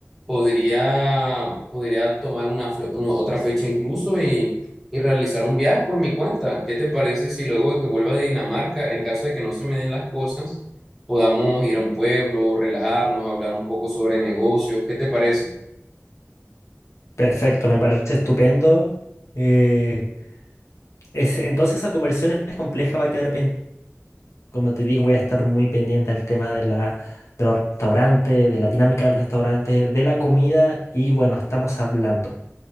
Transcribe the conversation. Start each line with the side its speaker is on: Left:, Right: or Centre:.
Centre: podría, podría tomar una, fle- una- otra fecha incluso y, y realizar un viaje por mi cuenta. ¿Qué te parece si luego de que vuelva de Dinamarca, en caso de que no se me den las cosas, podamos ir a un pueblo, relajarnos, hablar un poco sobre negocios? ¿Qué te parece?
Left: Perfecto, me parece estupendo. Eh, ese- entonces esa conversión es compleja, va a quedar pendiente. Como te digo, voy a estar muy pendiente al tema de la, de los restaurantes, de la dinámica del restaurante, de la comida y bueno, estamos hablando.